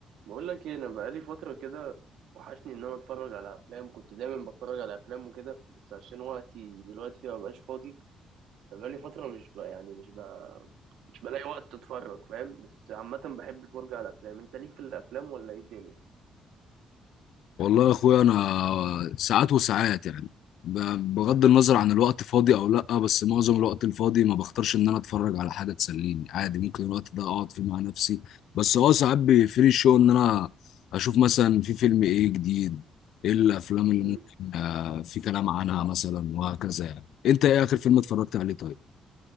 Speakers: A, on the right (about 80°); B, on the left (about 70°).
A: بقول لك ايه انا بقالي فتره كده وحشني ان انا اتفرج على افلام كنت دايما بتفرج على افلام وكده بس عشان وقتي دلوقتي ما بقاش فاضي فبقالي فتره مش بقى يعني مش بقى مش بلاقي وقت اتفرج فاهم بس عامه بحب الفرجه على افلام انت ليك في الافلام ولا ايه الدنيا
B: والله يا اخويا انا ساعات وساعات يعني ب- بغض النظر عن الوقت فاضي او لا بس معظم الوقت الفاضي ما بختارش ان انا اتفرج على حاجه تسليني عادي ممكن الوقت ده اقعد فيه مع نفسي بس اه ساعات بيفري شو ان انا اشوف مثلا في فيلم ايه جديد ايه الافلام اللي
A: مم.
B: ممكن آه في كلام عنها مثلا وهكذا يعني انت ايه اخر فيلم اتفرجت عليه طيب